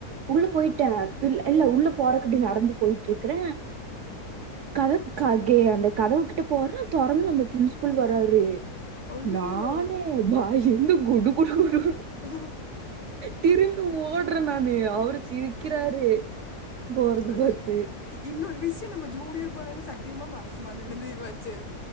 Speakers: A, on the right (about 65°); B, on the left (about 50°).
A: உள்ள போய்ட்ட இல்ல உள்ள போறக்கு இப்டி நடந்து போயிட்டுருக்கிற கத கத அந்த கதவுகிட்ட போற தொறந்து நம்ம பிரின்ஸ்பல் வராரு
B: ஐயோ
A: நானே பைய்ந்து குடு குடு குடு
B: ஹ
A: திரும்பி ஓட்ற நானு அவரு சிரிக்கிறாரு போறது
B: தெரியு
A: பாத்து
B: இன்னொரு விஷ்யோ நம்ம ஜூனியர் பண்ணது சத்தியமா மறக்க மாட்ட நடந்தி வச்ச